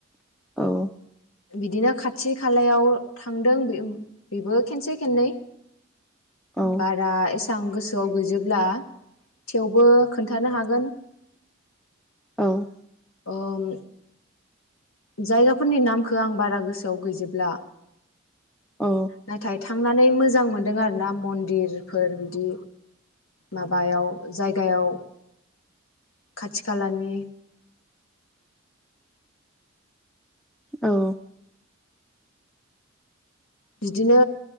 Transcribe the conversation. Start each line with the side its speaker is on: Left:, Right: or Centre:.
Centre: औ
Left: बिदिनो खाथि खालायाव थांदों बेबो खेनसे खेननै
Centre: औ
Left: बारा एसेबां गोसो गोसोआव गैजोबब्ला थेवबो खोन्थानो हागोन
Centre: औ
Left: ओम जायगाफोरनि नामखौ आं बारा गोसोआव गैजोबब्ला
Centre: औ
Left: नाथायथाय थांनानै मोजां मोनदों आरो ना मन्दिरफोर बिदि माबायाव जायगायाव खाथि खालानि
Centre: औ
Left: बिदिनो